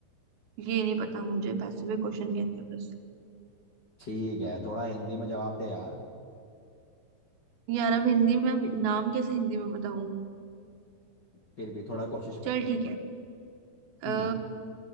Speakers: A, on the right; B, on the left.
A: ये नहीं पता मुझे पैसिफिक क्वेश्चन कहते हैं बस
B: ठीक है थोड़ा हिंदी में जवाब दे यार
A: यार अब हिंदी में अब नाम कैसे हिंदी में बताऊं
B: फिर भी थोड़ा कोशिश कर
A: चल ठीक है
B: हम्म